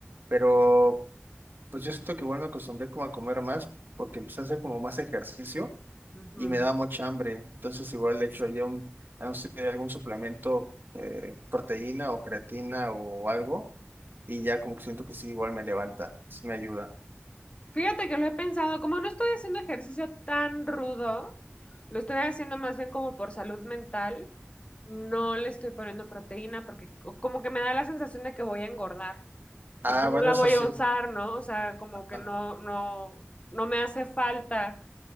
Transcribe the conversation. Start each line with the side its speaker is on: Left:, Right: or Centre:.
Right: Pero Pues yo siento que igual me acostumbré como a comer más porque empecé a hacer como más ejercicio
Left: Ujú.
Right: y me da mucha hambre. Entonces igual le echo yo un, no sé, algún suplemento, eh, proteína o creatina o algo y ya como que siento que sí, igual me levanta, sí me ayuda.
Left: Fíjate que lo he pensado, como no estoy haciendo ejercicio tan rudo, lo estoy haciendo más bien como por salud mental, no le estoy poniendo proteína porque co- como que me da la sensación de que voy a engordar,
Right: Ah,
Left: porque no
Right: bueno,
Left: la
Right: eso
Left: voy
Right: sí.
Left: a usar, ¿no? O sea, como
Right: Ah,
Left: que no, no, no me hace falta.